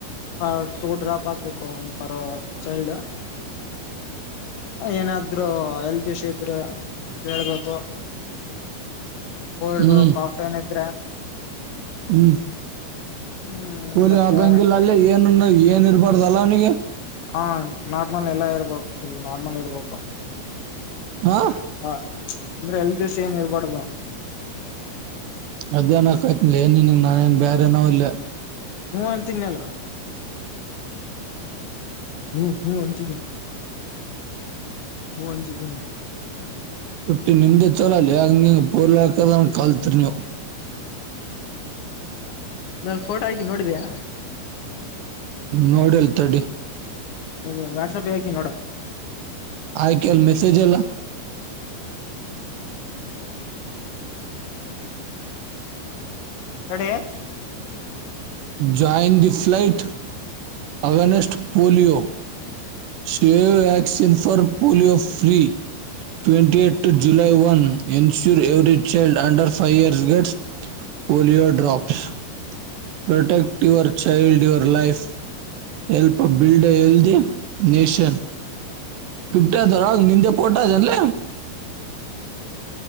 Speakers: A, on the left (about 65°); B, on the right (about 70°).
A: ಹ ಟೂ ಡ್ರಾಪ್ ಆಗ್ಬೇಕು ಒಂದು ಪರ ಚೈಲ್ಡ್ ಏನಾದ್ರು ಹೇಲ್ತ್ ವಿಷ ಇದ್ರು ಹೇಳ್ಬೇಕು. ಕೋಲ್ಡ್
B: ಹ್ಮ್
A: ಕಾಫ ಏನಿದ್ರೆ
B: ಹ್ಮ್
A: ಹ್ಮ್
B: ಕೂಲಿ
A: ಮತ್ತೆ
B: ಹಾಕಂಗಿಲ್ಲ ಅಲ್ಲಿ ಏನ ಏನ್ ಇರಬಾರ್ದಲ್ಲ ಅವನಿಗೆ.
A: ಹಾ ನಾರ್ಮಲ್ ಎಲ್ಲ ಇರ್ಬೇಕು ಫುಲ್ ನಾರ್ಮಲ್ ಇರ್ಬೇಕು
B: ಹಾ
A: ಹ ಅಂದ್ರೆ ಹೇಲ್ತ್ ವಿಷ ಏನ್ ಇರ್ಬಾರಡ್ದ
B: ಅದೇನ ಕಾತನಿಲ್ಲ ನಿನ್ನ್ಂಗ ನಾನೇನ್ ಬೇರೆ ಏನೋ ವಲ್ಲ.
A: ಹೂ ಅಂತಿನ್ನಲ್ಲ ಹ್ಮ ಹ್ಮ್ ಅಂತೀನಿ ಹ ಅಂಚಿ ಧನಿ
B: ಎಟ್ಟು ನಿಮ್ದೇ ಚಲೋಲ್ಲೆ ಅ ಹಂಗಂಗ ಪೂಲೀಯೂ ಹಾಕದಂಗ ಕಲ್ತ್ರಿ ನೀವು
A: ನನ್ ಫೋಟೋ ಹಕಿದಿನ್ ನೋಡಿದ್ದೆಯ
B: ನೋಡಿಲ್ತಡಿ
A: ಇ ವಾಟ್ಸಪ್ ಹಾಕಿ ನೋಡು
B: ಆಯ್ಕಲ್ಲ ಮೆಸೇಜ್ ಎಲ್ಲ
A: ತಾಡೆ
B: join the fight against polio save vaccine for polio free. Twenty eight to July one ensure every child under five years gets polio drops protect your child your life. Help build ಎಲ್ the nation ಿಫ್ಟದರ ನಿಂದೆ ಪೋಟ್ದನ್ಲ